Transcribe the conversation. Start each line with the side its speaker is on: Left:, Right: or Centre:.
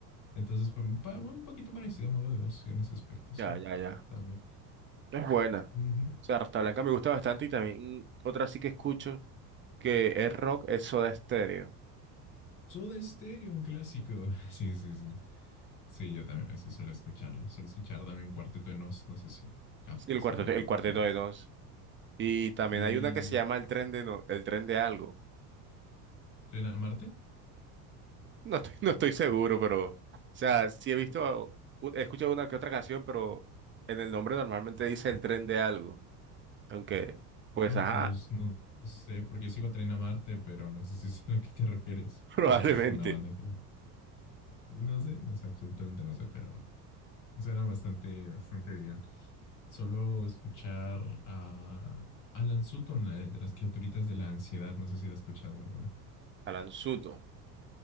Left: Entonces, pa- pa- un poquito parecida a Mago de Oz sí, en ese aspecto, sí,
Right: Ya, ya, ya.
Left: también.
Right: Es buena.
Left: Ujú.
Right: O sea, Rata Blanca me gusta bastante y también mm, otra sí que escucho que es rock, es Soda Stereo.
Left: Soda Stereo, un clásico. <laughs> Sí, sí, sí. Sí, yo también a veces suelo escucharlo. Suelo escuchar también Cuarteto de Nos, no sé si captas
Right: Sí, el cuarteto,
Left: a Cuarteto
Right: el cuarteto
Left: de Nos.
Right: de Nos. Y también
Left: Sí,
Right: hay una que se llama El Tren de No, El Tren de Algo.
Left: ¿Tren a Marte?
Right: No estoy, no estoy seguro, pero, o sea, sí he visto, u- he escuchado una que otra canción, pero en el nombre normalmente dice el tren de algo. Aunque,
Left: Ah,
Right: pues, ajá,
Left: pues no, no sé, porque yo sigo Tren a Marte, pero no sé si es a la que te refieres,
Right: <laughs> probablemente.
Left: porque es una banda que es- Y no sé, no sé, absolutamente no sé, pero suena bastante, bastante bien. Solo escuchar a Alan Sutton, eh, de las criaturitas de la ansiedad, no sé si la has escuchado alguna.
Right: Alan Suto.